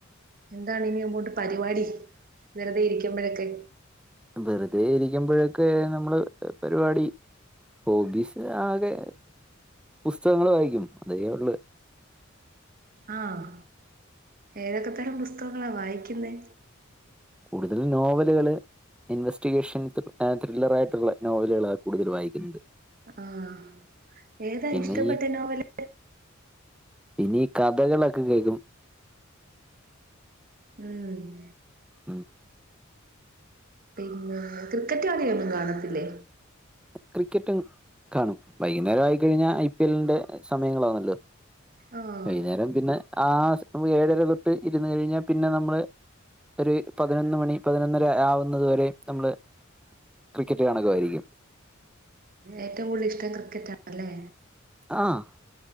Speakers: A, on the right; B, in the centre.
A: എന്താണ് ഇനി അങ്ങോട്ട് പരിപാടി വെറുതെ ഇരിക്കുമ്പഴൊക്കെ
B: വെറുതെ ഇരിക്കുമ്പോഴൊക്കെ നമ്മള് പരിപാടി ഹോബീസ് ആകെ പുസ്തകങ്ങള് വായിക്കും അതേ ഒള്ള്
A: ആഹ് ഏതൊക്കെ തരം പുസ്തകങ്ങളാ വായിക്കുന്നേ
B: കൂടുതലും നോവലുകള് ഇൻവെസ്റ്റിഗേഷൻ ത്രി ത്രില്ലറായിട്ടുള്ള നോവലുകളാ കൂടുതൽ വായിക്കുന്നത്
A: ആഹ് ഏതാ
B: പിന്നെ
A: ഇഷ്ടപ്പെട്ട
B: ഈ
A: നോവല്
B: ഇനി കഥകളൊക്കെ കേക്കും
A: ഉം
B: ഉം
A: പിന്നെ ക്രിക്കറ്റ് കളിയൊന്നും കാണത്തില്ലേ?
B: ക്രിക്കറ്റും കാണും. വൈകുന്നേരം ആയിക്കഴിഞ്ഞാൽ ഐ പി എല്ലി ന്റെ സമയങ്ങളാണല്ലോ?
A: ആഹ്.
B: വൈകുന്നേരം പിന്നെ ആ ഏഴര തൊട്ട് ഇരുന്ന് കഴിഞ്ഞാൽ പിന്നെ നമ്മള് ഒരു പതിനൊന്ന് മണി പതിനൊന്നര ആവുന്നതു വരെ നമ്മള് ക്രിക്കറ്റ് കാണലുവായിരിക്കും.
A: ഏറ്റവും കൂടുതൽ ഇഷ്ടം ക്രിക്കറ്റാ അല്ലേ?
B: ആഹ്.